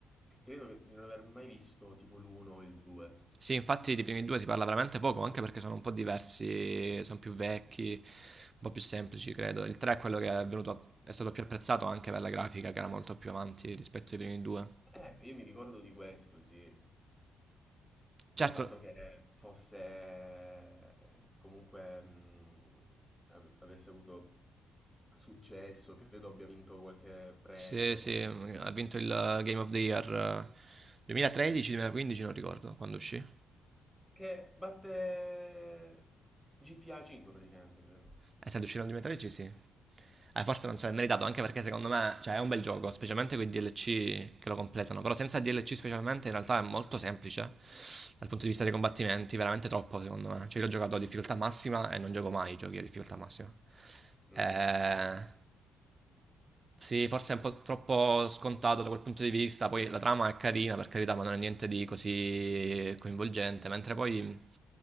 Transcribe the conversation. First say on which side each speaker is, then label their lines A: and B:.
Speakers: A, in the centre; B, on the right (about 30°).
A: credo che- di non aver mai visto tipo l'1 o il 2.
B: Sì, infatti dei primi due si parla veramente poco, anche perché sono un po' diversi, sono più vecchi, un po' più semplici, credo. Il 3 è quello che è, venuto, è stato più apprezzato anche per la grafica, che era molto più avanti rispetto ai primi due.
A: Eh, io mi ricordo di questo, sì. Del
B: Certo,
A: fatto che fosse comunque mh, av- avesse avuto successo, credo abbia vinto qualche premio
B: sì, sì,
A: con
B: ha
A: il gioco.
B: vinto il Game of the Year eh, 2013-2015, non ricordo quando uscì.
A: Che batte GTA 5 praticamente, credo.
B: Essendo uscito all'alimentare sì. Eh, forse non so, è meritato anche perché secondo me cioè, è un bel gioco, specialmente quei DLC che lo completano. Però senza DLC specialmente in realtà è molto semplice dal punto di vista dei combattimenti, veramente troppo secondo me. Cioè io l'ho giocato a difficoltà massima e non gioco mai i giochi a difficoltà massima.
A: Mm,
B: Eh,
A: mm,
B: sì, forse è un po' troppo scontato da quel punto di vista. Poi la trama è carina, per carità, ma non è niente di così coinvolgente. Mentre poi